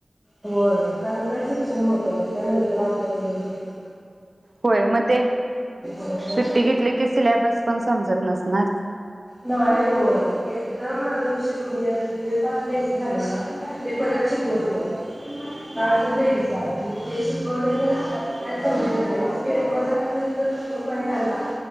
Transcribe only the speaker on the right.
होय मग ते
सुट्टी घेतली की सिलेबस पण समजत नसणार,